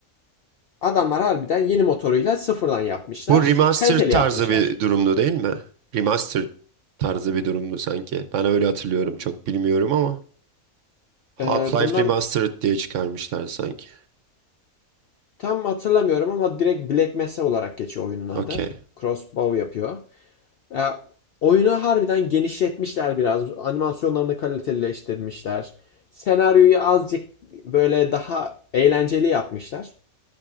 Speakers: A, on the left; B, on the right.
A: Adamlar harbiden yeni motoruyla sıfırdan yapmışlar.
B: Bu remaster
A: Kaliteli
B: tarzı
A: yapmışlar.
B: bir durumdu değil mi? Remaster tarzı bir durumdu sanki. Ben öyle hatırlıyorum çok bilmiyorum ama. Half-Life
A: Ee, bundan
B: Remastered diye çıkarmışlar sanki.
A: tam hatırlamıyorum ama direkt Black Mesa olarak geçiyor oyunun adı.
B: Okey.
A: Crossbow yapıyor. Ya, oyunu harbiden genişletmişler biraz. Animasyonlarını kalitelileştirmişler. Senaryoyu azıcık böyle daha eğlenceli yapmışlar.